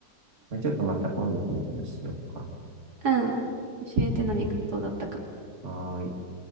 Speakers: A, on the right; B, on the right.
A: まあちょっとまた今度この話しようか。
B: うん。<laughs> 教えて何がどうだったか。
A: はーい。